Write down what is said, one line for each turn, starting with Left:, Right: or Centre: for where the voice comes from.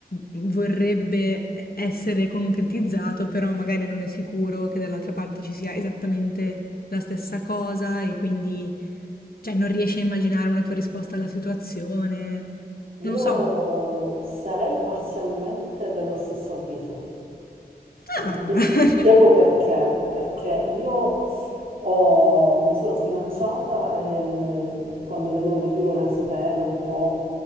Left: vorrebbe essere concretizzato, però magari non è sicuro che dall'altra parte ci sia esattamente la stessa cosa e quindi, cioè, non riesci a immaginare una tua risposta alla situazione.
Right: Io
Left: Non so.
Right: sarei parzialmente dello stesso avviso. Ti
Left: Ah!
Right: ti spiego
Left: <laughs>
Right: perché, perché io ho- mi sono sbilanciata ehm, quando vedevo che lui voleva sapere un po'